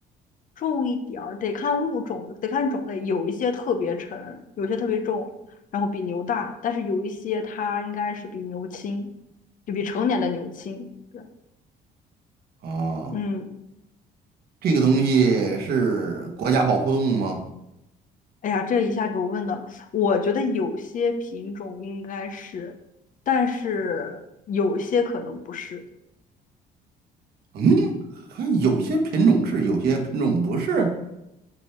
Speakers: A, on the left; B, on the right.
A: 重一点儿，得看物种，得看种类，有一些特别沉，有一些特别重，然后比牛大，但是有一些它应该是比牛轻，就比成年的牛轻。对，
B: 啊。
A: 嗯，
B: 这个东西是国家保护动物吗？
A: 哎呀，这一下给我问的，我觉得有些品种应该是，但是有些可能不是。
B: 嗯，还有些品种是，
A: 嗯，
B: 有些品种不是。